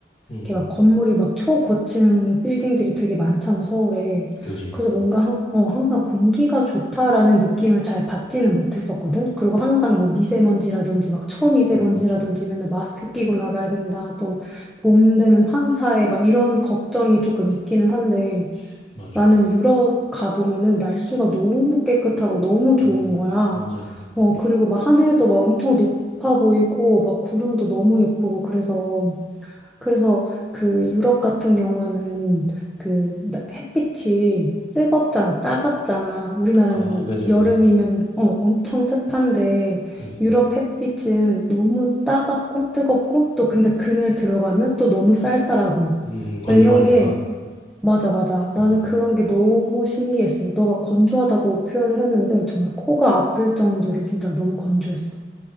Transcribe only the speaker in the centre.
이렇게 막 건물이 막 초고층 빌딩들이 되게 많잖아, 서울에.
그래서 뭔가 항- 어, 항상 공기가 좋다라는 느낌을 잘 받지는 못했었거든. 그리고 항상 뭐 미세먼지라든지 막 초미세먼지라든지
맨날 마스크 끼고 나가야 된다. 또 봄 되면 황사에 막 이런 걱정이 조금 있기는 한데
나는 유럽 가보면은 날씨가 너무 깨끗하고 너무 좋은
거야.
어, 그리고 막 하늘도 막 엄청 높아 보이고 막 구름도 너무 예쁘고 그래서 그래서 그 유럽 같은 경우에는 그 나- 햇빛이 뜨겁잖아, 따갑잖아. 우리나라는
여름이면은
어, 엄청 습한데
유럽 햇빛은 너무 따갑고 뜨겁고 또 근데 그늘 들어가면 또 너무 쌀쌀하고
나 이런 게 맞아, 맞아. 나는
그런 게 너무 신기했어. 너가 건조하다고 표현을 했는데 정말 코가 아플 정도로 진짜 너무 건조했어.